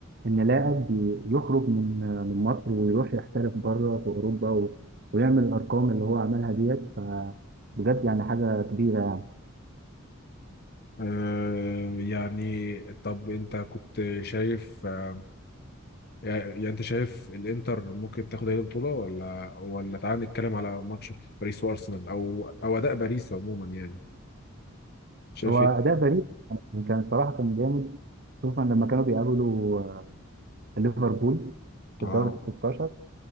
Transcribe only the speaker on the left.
آه، يعني طب أنت كنت شايف آه، يعني يعني انت شايف الانتر ممكن تاخد هي البطوله ولا ولا تعالى نتكلم على ماتش باريس وارسنال او او اداء باريس عموما يعني شايف
ايه
اه